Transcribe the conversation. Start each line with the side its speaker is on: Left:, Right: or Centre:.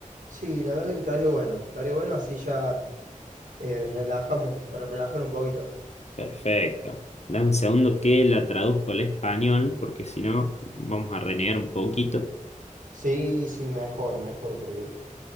Right: Sí, la verdad que estaría bueno, estaría bueno así ya eh, relajamos, para relajar un poquito.
Left: Perfecto. Dame un segundo que la traduzco al español, porque si no, vamos a renegar un poquito.
Right: Sí, sí, mejor, mejor, porque